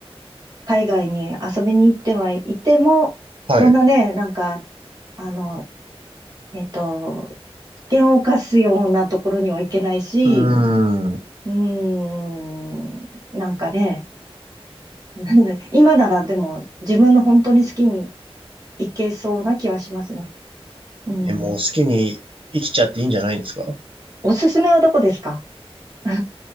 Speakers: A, on the right; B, on the right.
A: 海外に遊びに行ってはいても、
B: はい。
A: そんなね、なんか、あの、えっと、険を冒すようなところには行けないし、
B: うーん。
A: うーん、なんかね、<laughs> 今ならでも自分の本当に好きに行けそうな気はしますね。うん。
B: え、もう好きに生きちゃっていいんじゃないんですか
A: おすすめはどこですか <laughs> あ